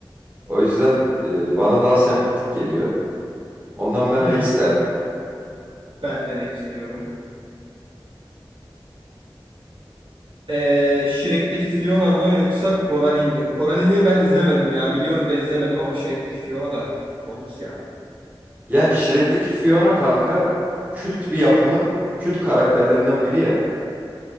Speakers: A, on the right; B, on the right.
A: O yüzden e, bana daha sempatik geliyor. Ondan ben
B: Hı
A: Rex
B: hı.
A: derdim.
B: Ben de Rex diyorum. Ee, Shrek'teki Fiona mı yoksa Coraline mi? Coraline'i ben izlemedim ya. Biliyorum da izlemedim ama Shrek'teki Fiona da komik ya.
A: Yani Shrek'teki Fiona kanka kült bir yapımın kült karakterlerinden biri ya.